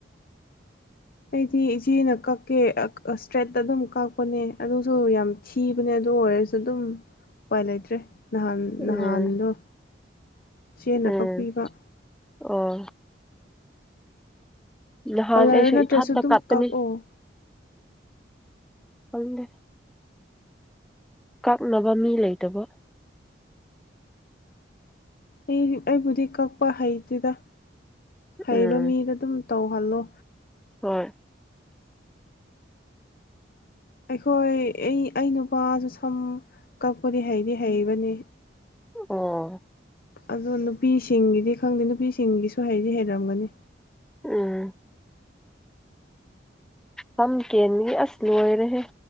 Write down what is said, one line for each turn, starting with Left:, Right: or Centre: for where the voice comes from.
Left: ꯑꯩꯗꯤ ꯏꯆꯦꯅ ꯀꯛꯀꯦ ꯑꯥ ꯏꯁꯇ꯭ꯔꯦꯠꯇ ꯑꯗꯨꯝ ꯀꯛꯄꯅꯦ ꯑꯗꯨꯁꯨ ꯌꯥꯝ ꯊꯤꯕꯅꯦ ꯑꯗꯨ ꯑꯣꯏꯔꯁꯨ ꯑꯗꯨꯝ ꯎꯄꯥꯏ ꯂꯩꯇ꯭ꯔꯦ ꯅꯍꯥꯟ
Centre: ꯎꯝ
Left: ꯅꯍꯥꯟꯗꯣ ꯏꯆꯦꯅ
Centre: ꯎꯝ
Left: ꯀꯛꯄꯤꯕ
Centre: ꯑꯣ ꯅꯍꯥꯟ
Left: ꯀꯂꯔ
Centre: ꯑꯩꯁꯨ
Left: ꯅꯠꯇ꯭ꯔꯁꯨ
Centre: ꯏꯊꯥꯇ
Left: ꯑꯗꯨꯝ
Centre: ꯀꯥꯞꯄꯅꯤ
Left: ꯀꯛꯑꯣ
Centre: ꯈꯪꯗꯦ ꯀꯛꯅꯕ ꯃꯤ ꯂꯩꯇꯕ
Left: ꯑꯩ ꯑꯩꯕꯨꯗꯤ ꯀꯛꯄ ꯍꯩꯇꯦꯗ ꯍꯩꯕ
Centre: ꯎꯝ
Left: ꯃꯤꯗ ꯑꯗꯨꯝ ꯇꯧꯍꯜꯂꯣ
Centre: ꯍꯣꯏ
Left: ꯑꯩꯈꯣꯏ ꯑꯩ ꯑꯩ ꯅꯨꯄꯥꯁꯨ ꯁꯝ ꯀꯛꯄꯗꯤ ꯍꯩꯗꯤ ꯍꯩꯕꯅꯦ
Centre: ꯑꯣ
Left: ꯑꯗꯣ ꯅꯨꯄꯤꯁꯤꯡꯒꯤꯗꯤ ꯈꯪꯗꯦ ꯅꯨꯄꯤꯁꯤꯡꯒꯤꯁꯨ ꯍꯩꯗꯤ ꯍꯩꯔꯝꯒꯅꯤ
Centre: ꯎꯝ ꯁꯝ ꯀꯦꯟꯕꯗꯤ ꯑꯁ ꯂꯣꯏꯔꯦꯍꯦ